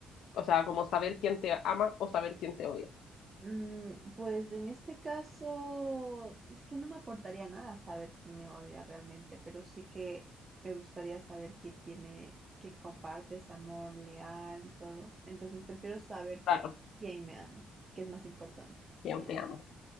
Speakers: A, on the left (about 75°); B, on the right (about 30°).
A: O sea, como saber quién te ama o saber quién te odia.
B: Mm, pues en este caso, es que no me aportaría nada saber quién me odia realmente, pero sí que me gustaría saber quién tiene, quién comparte ese amor leal y todo. Entonces prefiero saber
A: Claro,
B: quién me ama, que es más importante.
A: quién
B: Que...
A: te ama.